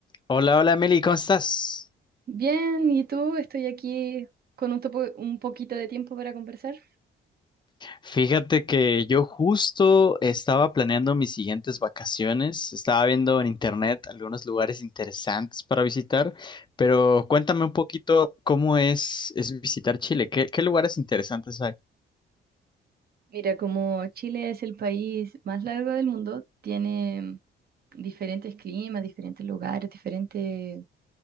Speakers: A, on the left; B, on the right.
A: Hola, hola Meli, ¿cómo estás?
B: Bien, ¿y tú? Estoy aquí con un, topo- un poquito de tiempo para conversar.
A: Fíjate que yo justo estaba planeando mis siguientes vacaciones, estaba viendo en internet algunos lugares interesantes para visitar, pero cuéntame un poquito cómo es, es visitar Chile, ¿qué, qué lugares interesantes hay?
B: Mira, como Chile es el país más largo del mundo, tiene diferentes climas, diferentes lugares, diferentes